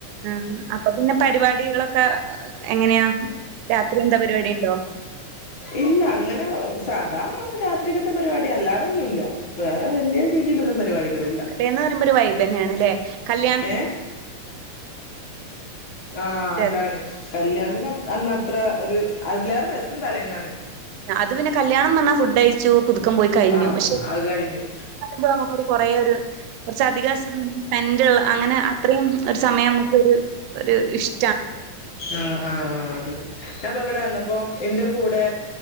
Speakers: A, on the right; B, on the left.
A: ആഹ് അപ്പൊ പിന്നെ പരിപാടികളൊക്കെ എങ്ങനെയാ രാത്രി എന്താ പരിപാടിണ്ടോ?
B: ഇല്ല അങ്ങനെ സാധാ രാത്രികത്തെ പരിപാടി അല്ലാതൊന്നുല്ല. വേറെ വെല്യ രീതിയിലൊന്നും പരിപാടികളില്ല.
A: ടേ ന്നർയുമ്പോ ഒരു വൈബന്യാണ് ല്ലെ കല്യാണത്തി
B: ഏഹ് ആഹ്
A: രസം.
B: അതാണ് കല്യാണത്തിന് അന്നത്ര ഒര് അതിലേറെ രസം തലേന്നാണ്.
A: അത് പിന്നെ കല്യാണം പർഞ ഫുഡ് കയിച്ചു പുതുക്കം പോയി കഴിഞ്ഞു
B: ആഹ്
A: പക്ഷെ
B: അത് കഴിഞ്ഞു
A: പോ കൊറേ ഒരു കൊർച്ച അധിക സ്പെന്റുള്ള അങ്ങനെ അ അത്രിമം ഒരു സമയം നമുക് ഒരു ഇഷ്
B: ആഹ് ആഹ് ആഹ് അതെ ഞാൻപ്പ ഇവിടെ വന്നപ്പോ എന്റെ കൂടെ